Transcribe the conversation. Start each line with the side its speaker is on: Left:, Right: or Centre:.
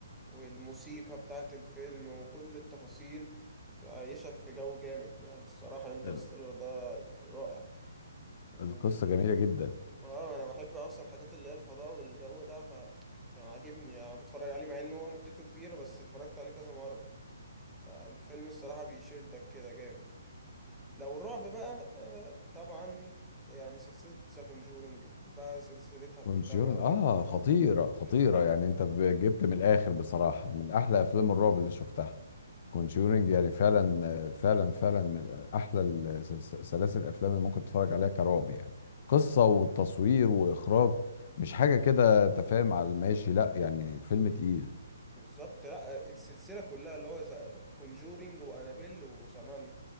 Centre: والموسيقى بتاعت الفيلم وكل التفاصيل تعيشك في جو جامد يعني الصراحة انترستيلر
Left: ال-
Centre: ده رائع وفي
Left: القصة جميلة جدا
Centre: اه انا بحب اصلا الحاجات اللي هي الفضاء والجو ده فكان عاجبني يعني انا بتفرج عليه مع ان هو مدته كبيرة بس اتفرجت عليه كذا مرة فالفيلم الصراحة بيشدك كده جامد لو الرعب بقى آه طبعا يعني سلسلة ذا كونجورينج بقى سلسلتها كلها
Left: كونجورن
Centre: بقى
Left: اه
Centre: لا-
Left: خطيرة خطيرة
Centre: بالظبط
Left: يعني انت ب- جبت من الاخر بصراحة من احلى افلام الرعب اللي شفتها كونجورنج يعني فعلا فعلا فعلا من احلى ال- سلس- سلاسل الافلام اللي ممكن تتفرج عليها كرعب يعني قصة وتصوير واخراج مش حاجة كده تفاهم على الماشي لا يعني فيلم تقيل
Centre: بالظبط لا السلسلة كلها اللي هو كونجورينج وأنابيل وصنان